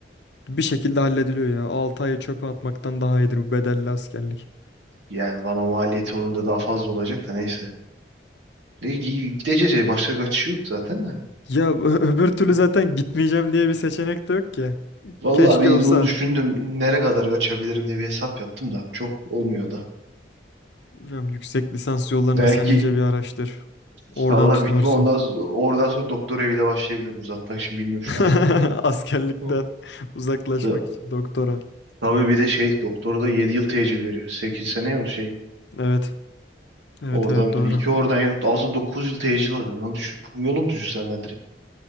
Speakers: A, on the left; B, on the right.
A: bir şekilde hallediliyor ya. 6 ayı çöpe atmaktan daha iyidir bu bedelli askerlik.
B: Yani bana maliyeti onun da daha fazla olacak da neyse. Ne, gi- gideceğiz ya başka kaçış yok zaten de.
A: Ya ö- öbür türlü
B: Hı.
A: zaten gitmeyeceğim diye bir seçenek de yok ki.
B: Vallahi
A: Keşke
B: bir
A: olsa.
B: de onu düşündüm. Nereye kadar kaçabilirim diye bir hesap yaptım da. Çok olmuyor da.
A: Hocam yüksek lisans yollarını
B: Belki
A: sen iyice bir araştır. Oradan
B: salla
A: tutunursun.
B: büyük ihtimal ondan s- oradan sonra doktor eviyle başlayabilirim uzatmak için bilmiyorum şu
A: <laughs>
B: an.
A: Askerlikten
B: Hı.
A: uzaklaşmak
B: Ta-
A: için doktora.
B: Tabii bir de şey doktoru da 7 yıl tecil veriyor. sekiz sene ya şey.
A: Evet. Evet
B: Oradan
A: evet doğru.
B: 2 oradan aslında 9 yıl tecil alıyor. Lan düşün, yolum düşürsen ben